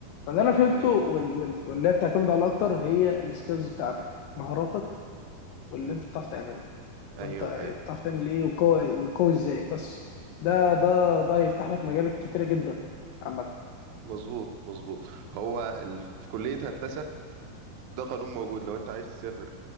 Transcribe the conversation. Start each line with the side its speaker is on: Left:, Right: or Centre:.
Left: فاللي انا فهمته
Right: ايوه
Left: وال-
Right: ايوه
Left: وال- واللي هي بتعتمد على اكتر هي السكيلز بتاعتك مهاراتك واللي
Right: امم
Left: انت بتعرف تعمله
Right: ايوه
Left: وانت
Right: ايوه
Left: بتعرف تعمل ايه وقوي وقوي ازاي بس ده ده ده هيفتح لك مجالات كتيره جدا عامه
Right: مظبوط مظبوط هو ال... في كلية هندسة ده قانون موجود لو انت عايز تسافر